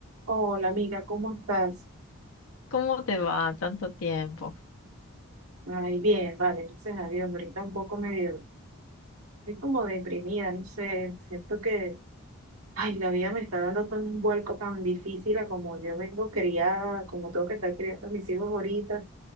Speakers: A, on the right; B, on the left.
A: Hola amiga, ¿cómo estás?
B: ¿Cómo te va tanto tiempo?
A: Ay, bien, vale, gracias a Dios. Ahorita un poco medio, estoy como deprimida, no sé, siento que, ay, la vida me está dando tan un vuelco tan difícil a como yo vengo criada, como tengo que estar criando a mis hijos ahorita.